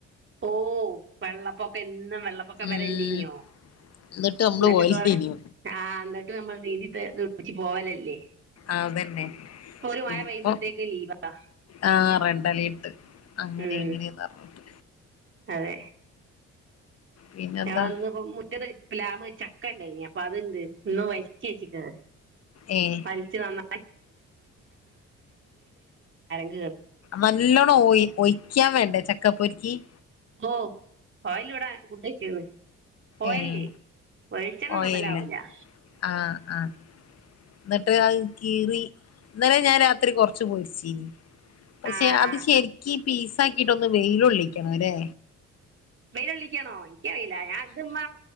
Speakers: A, on the right (about 40°); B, on the left (about 55°).
A: ഓഹ് വെള്ളപ്പൊക്കെ എന്നും വെള്ളപ്പൊക്കം
B: ഉം
A: വരെ ഇല്ലേനിയോ.
B: എന്നിട്ട് നമ്മള്
A: ഇന്നട്ട്
B: പോയില്ലേനോ
A: <unintelligible> ആഹ് ഇന്നട്ട് നമ്മൾ നീന്തി തെ തെളിപ്പിച്ച് പോവലല്ലേ.
B: അതന്നെ
A: ഇപ്പൊ ഒരു മഴ
B: ഇപ്പൊ
A: പെയ്യുമ്പഴ്ത്തേക്ക് ലീവാ.
B: ആഹ് റെഡ് അലേർട്ട് അങ്ങനെ
A: ഉം
B: ഇങ്ങനെന്ന് പറഞ്ഞിട്ട്
A: അതേ
B: പിന്നെന്താ
A: ഞങ്ങൾ ഇന്ന് ഇപ്പം മുറ്റത്ത് പ്‌ലാമ്മ ച ക്കണ്ടായ്നി. അപ്പ അത് ണ്ട് ഇന്ന് <unintelligible> വെച്ച്ക്ക്ണ്.
B: ഏഹ്
A: വല്ച്ച് നന്നാ <unintelligible>
B: നല്ലവണ്ണംഒയ് ഒഴിക്കാൻ വേണ്ട ച ക്ക പൊരിക്കും.
A: ഓ ഓയില് ഇവടെ ഫുഡ് വെച്ചിരുന്ന്, ഓയിലില്ലേ
B: ഏഹ്
A: വെളിച്ചെണ്ണ
B: ഓയലില്
A: മുതലാവില്ല.
B: ആഹ് ആഹ് എന്നിട്ട് അത് കീറി ഇന്നലെ ഞാൻ രാത്രി കൊറച്ച് പൊളിച്ചീനി, പക്ഷേ
A: ആ
B: അത്
A: ആ.
B: ശെരിക്ക് പീസ് ആക്കിയിട്ട് ഒന്ന് വെയിൽ കൊള്ളിക്കണം ല്ലെ?
A: വെയിലൊള്ളി ക്കണോ? എനിക്കറിയില്ല, ഞാൻ ഇത് ഉമ്മ